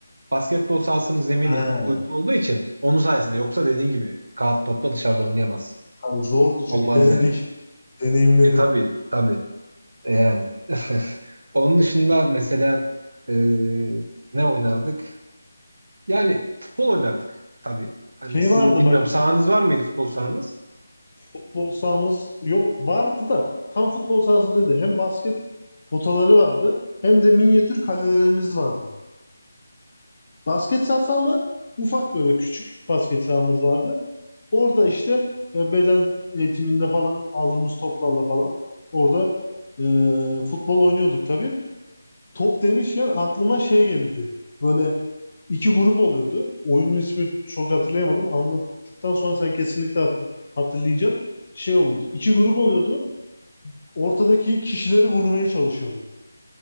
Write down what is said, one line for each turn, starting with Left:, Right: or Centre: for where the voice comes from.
Right: Basketbol sahasının zemini
Left: He,
Right: uygun olduğu için onun sayesinde yoksa dediğin gibi kağıt topla dışarıda oynayamazsın.
Left: kanka zordu çünkü
Right: Olmaz
Left: denedik.
Right: yani.
Left: Deneyimledim.
Right: E tabii tabii. E, yani. <laughs> Onun dışında mesela e, ne oynardık? Yani futbol oynardık tabii. Hani
Left: Şey
Right: sizin
Left: vardı
Right: bilmiyorum
Left: bak
Right: sahanız var mıydı futbol sahanız?
Left: futbol sahamız yok vardı da tam futbol sahası değildi. Hem basket potaları vardı hem de minyatür kalelerimiz vardı. Basket sahası ama ufak böyle küçük basket sahamız vardı. Orada işte e, beden eğitiminde falan aldığımız toplarla falan orada e, futbol oynuyorduk tabii. Top demişken aklıma şey geldi. Böyle iki grup oluyordu. Oyunun ismi çok hatırlayamadım. Anlattıktan sonra sen kesinlikle hatı- hatırlayacaksın. Şey oluyordu. İki grup oluyordu. Ortadaki kişileri vurmaya çalışıyorduk.